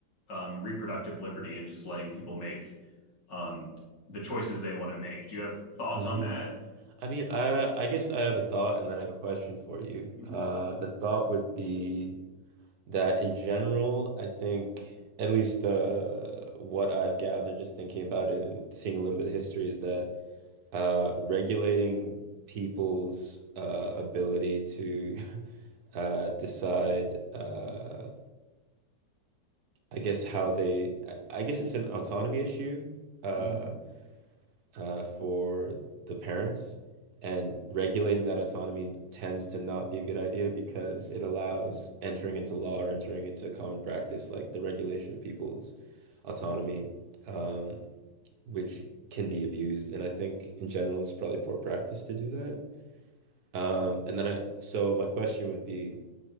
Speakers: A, on the left; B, on the right.
A: um, reproductive liberty and just letting people make um, the choices they want to make? Do you have thoughts
B: hmm
A: on that?
B: I mean, I I guess I have a thought and then I have a question for you.
A: Mhm.
B: Uh, the thought would be that in general, I think at least the what I've gathered just thinking about it and seeing a little bit of history is that uh, regulating people's uh, ability to <laughs> uh, decide, uh, I guess, how they, I, I guess it's an autonomy issue uh,
A: Mhm.
B: uh, for the parents. And regulating that autonomy tends to not be a good idea because it allows entering into law or entering into common practice, like the regulation of people's autonomy, um, which can be abused. And I think in general, it's probably poor practice to do that. Um, and then I, so my question would be,